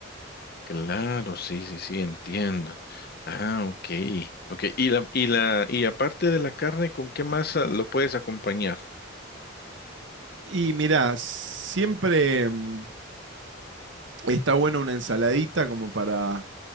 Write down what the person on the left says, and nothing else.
Claro, sí, sí, sí, entiendo. Ah, ok, ok. Y la, y la, y aparte de la carne, ¿con qué más ah, lo puedes acompañar?